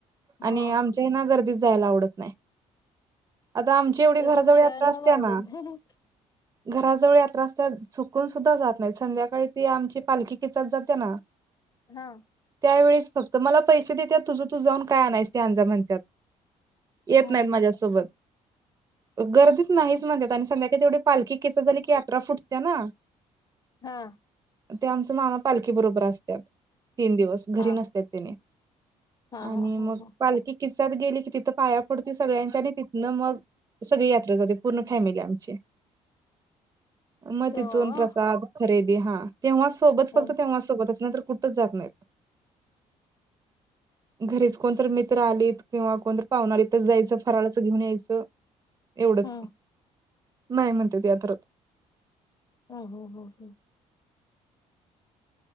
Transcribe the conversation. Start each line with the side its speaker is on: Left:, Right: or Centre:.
Right: आणि
Left: हा
Right: आमच्या ह्यांना गर्दीचा जायला आवडत नाही. आता आमची एवढी
Left: तस
Right: घराजवळ
Left: सगळ्यांनाच
Right: यात्रा असत्या
Left: आवडून
Right: ना
Left: झालं.
Right: घराजवळ यात्रा असतात. चुकून सुद्धा जात नाही. संध्याकाळी ते आमची पालखी किचात जाते ना
Left: हा.
Right: त्या वळेस फक्त मला पैसे देतात. तुझ तू जाऊन काय आणायच ते आण जा म्हनत्यात. येत
Left: हम्म
Right: नाहीत माझ्यासोबत. गर्दीच नाही म्हणत्यात आणि संध्याकाळी तेवढी पालखी <unintelligible> झाली की <unintelligible> ना
Left: हा.
Right: ते आमचं मामा पालखी बरोबर असत्यात. तीन दिवस घरी
Left: हा
Right: नसत्यात, तेनी
Left: हा
Right: आणि
Left: हा
Right: मग
Left: हा हा
Right: पालखी कि त्यात गेलं, की तिथं पाया पडते. सगळ्यांच्या आणि तिथनं मग सगळी यात्रा जातो, पूर्ण फॅमिली आमची. मग
Left: तेव्हा
Right: तिथून प्रसाद खरेदी हां तेव्हा सोबत
Left: हम्
Right: फक्त तेव्हा सोबतच नंतर कु कुठचं जात नाहीत, घरीचं कोण तर मित्र मित्र आलीत, किंवा कोण तर पाहुणं आलीत, तर जायचं फराळाचं घेऊन यायचं एवढंच.
Left: हम्
Right: नाही म्हणत्यात यात्रत
Left: हम् हम् हम् हम्